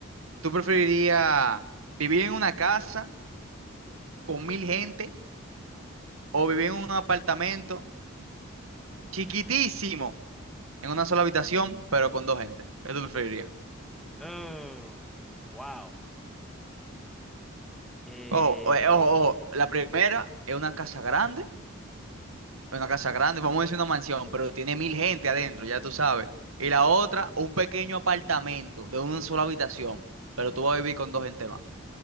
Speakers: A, on the right; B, in the centre.
A: ¿Tú preferirías vivir en una casa con mil gente o vivir en un apartamento chiquitísimo, en una sola habitación, pero con dos gente? ¿Qué tú preferirías?
B: Ugh, wow. Eh,
A: Ojo, o- ojo, ojo. La primera es una casa grande una casa grande, vamos a decir una mansión, pero tiene mil gente adentro, ya tú sabes. Y la otra, un pequeño apartamento de una sola habitación, pero tú vas a vivir con dos gente más.